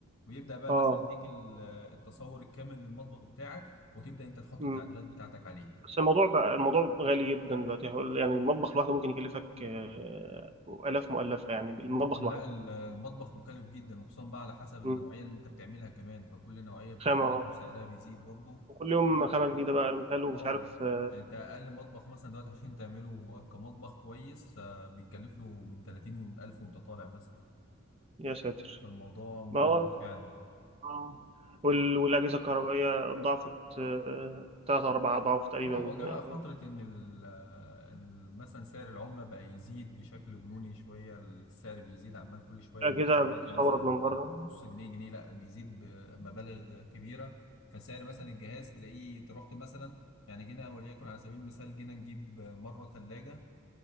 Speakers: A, on the left; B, on the right.
A: ويبدا بقى
B: اه
A: مثلا يديك ال- التصور الكامل للمطبخ بتاعك وتبدا انت تحط
B: مم.
A: التعديلات بتاعتك عليه
B: بس الموضوع بقى الموضوع غالي جدا دلوقتي حوالي- يعني المطبخ لوحده ممكن يكلفك آه، آلاف مؤلفة يعني المطبخ
A: لا
B: لوحده
A: ال- المطبخ مكلف جدا وخصوصا بقى على حسب النوعيه
B: مم.
A: اللي انت بتعملها كمان فكل نوعيه بتختلف
B: خامة آه.
A: وسعرها بيزيد برضه
B: وكل يوم
A: اه
B: خامة جديدة بقى مثال ومش
A: آه،
B: عارف آه،
A: يعني انت اقل مطبخ مثلا دلوقتي عشان تعمله كمطبخ كويس آه، بيتكلف له من 30 ألف وانت طالع مثلا
B: يا ساتر
A: فالموضوع مكلف
B: ما هو طب-
A: فعلا
B: آه. وال- والأجهزة الكهربائية ضعفت آه، تلات أربع أضعاف تقريبا
A: اه هو جه بقى فترة
B: آه،
A: إن ال ال- مثلا سعر العملة بقى يزيد بشكل جنوني شوية السعر بيزيد عمال كل شوية
B: الأجهزة
A: مش تلاقي
B: بتستورد
A: مثلا
B: من بره
A: نص جنيه جنيه لا بيزيد بمبالغ كبيرة فسعر مثلا الجهاز تلاقيه أنت رحت مثلا يعني جينا وليكن على سبيل المثال جينا نجيب مرة ثلاجة